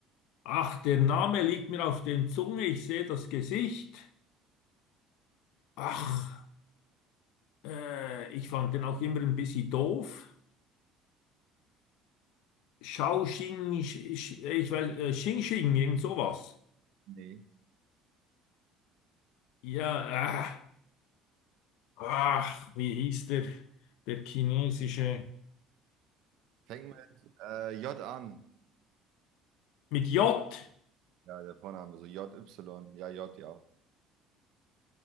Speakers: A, on the left; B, on the right.
A: ach, der Name liegt mir auf den Zunge, ich sehe das Gesicht. Ach, äh, ich fand den auch immer ein bisschen doof. Shao Xing, Sch- Sch- ich weiß, äh, Xing Xing, irgend sowas.
B: nee.
A: Ja, äh, ach, wie hieß der, der chinesische...
B: Fängt mit äh, J an.
A: Mit J.
B: Ja, der Vorname, so J, Y. Ja, J, ja.